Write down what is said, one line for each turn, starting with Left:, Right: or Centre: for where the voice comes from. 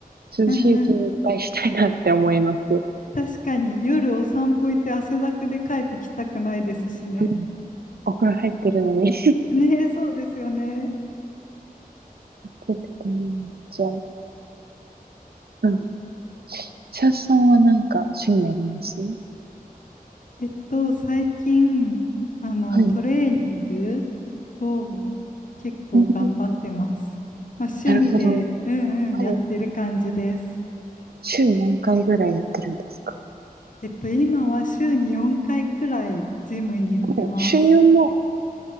Right: 涼しいうちにいっぱいしたいなって思います。
Left: うんうん。確かに夜お散歩行って汗だくで帰ってきたくないですしね。
Right: うんお風呂入ってるのに
Left: ねえ、そうですよね。
Right: 出てこないんじゃん。うん。シャッさんはなんか趣味あります
Left: えっと、最近、あの、
Right: はい。
Left: トレーニングを結構頑張ってます。
Right: うん、
Left: まあ、趣味で、
Right: なるほど。
Left: うんうんやってる感じです。
Right: はい。週何回ぐらいやってるんですか
Left: えっと、今は週に4回くらいジムに行ってます。
Right: お週4も